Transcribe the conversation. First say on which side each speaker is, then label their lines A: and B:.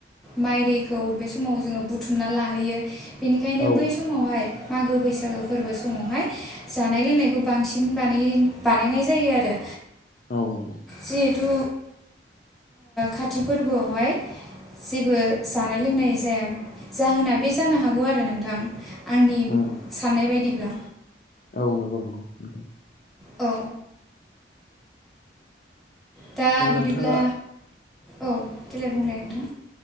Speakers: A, in the centre; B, on the left.
A: माइ दैखौ बे समाव जोङो बुथुमना लाहैयो बेनिखायनो
B: औ
A: बै समावहाय मागो बैसाग- सागो फोरबो समावहाय- जानाय लोंनायखौ बांसिनानाय बानायनाय जायो आरो।
B: औ नंगौ।
A: जिहेथु खाथि फोरबोआवहाय। जेबो जानाय लोंनाय जाया जाहोना बे जानो हागौ आरो नोंथां आंनि-
B: उम उम
A: साननाय बायदिब्ला।
B: औ नंगौ नंगौ नोंथां।
A: औ दा
B: अ
A: बिदिब्ला
B: नोंथाङा
A: औ देेलाय बुंलाय नोंथां।